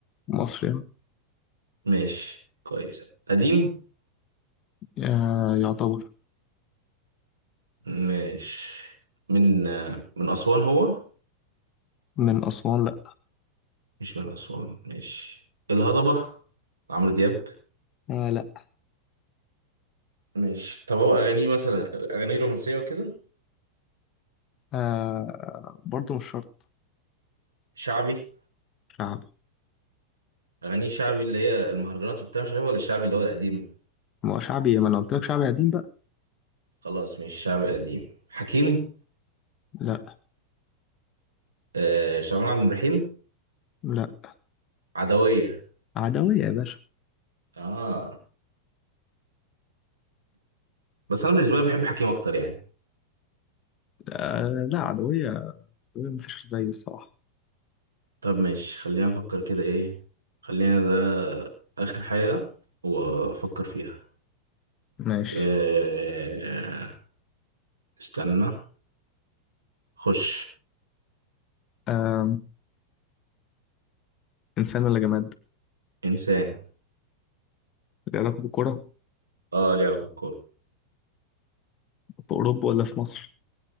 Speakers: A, on the left (about 30°); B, on the right (about 75°).
A: مصري يعني.
B: ماشي كويس قديم
A: آه يعتبر
B: ماشي من آه، من أسوان هو
A: من أسوان
B: مش من أسوان ماشي الهضبة عمرو دياب
A: آه لا
B: ماشي طب هو أغانيه مثلا أغانيه رومانسية وكده
A: آه برضو مش شرط
B: شعبي
A: شعبي
B: أغانيه شعبي اللي هي المهرجانات وبتاع مش عارف ولا الشعبي اللي هو القديم
A: ما هو شعبي ما انا قلت لك شعبي قديم بقى
B: خلاص مش شعبي قديم حكيم
A: لا
B: آه شعبان عبد الرحيم
A: لا
B: عدوية
A: عدوية يا باشا
B: آه بس أنا بالنسبة لي بحب حكيم أكتر يعني
A: آه لا عدوية عدوية مفيش زي الصراحة
B: طب ماشي خلينا افكر كده ايه خلينا ده اخر حاجة وافكر فيها
A: ماشي
B: إيه... استنى خش
A: آه إنسان ولا جماد
B: انسان
A: ليه علاقة بالكرة
B: اه ليه علاقة بالكورة
A: بأوروبا ولا في مصر